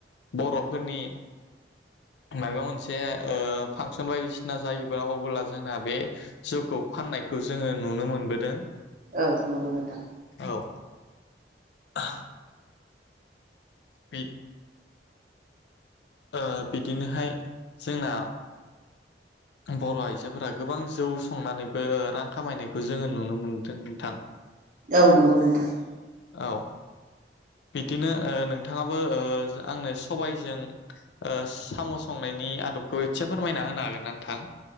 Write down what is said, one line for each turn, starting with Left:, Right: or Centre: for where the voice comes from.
Left: बर'फोरनि। माबा मोनसे ओ फांसन बायदिसिना जायोब्ला अब्ला जोंना बे। जौखौ फाननायखौ जोङो नुनो मोनबोदों।
Right: औ नंगौ नोंथां।
Left: औ। <unintelligible> बि। ओ बिदिनोहाय जोंना। बर' आइजोफोरा गोबां जौ संनानैबो रां खामायनायखौ जोङो नुनो मोन्दों नोंथां।
Right: औ नंगौ नोंथां।
Left: औ। बिदिनो ओ नोंथाङाबो ओ आंनो सबायजों। ओ साम' संनायनि आदबखौ एसे फोरमायना होनो हागोन ना नोंथां।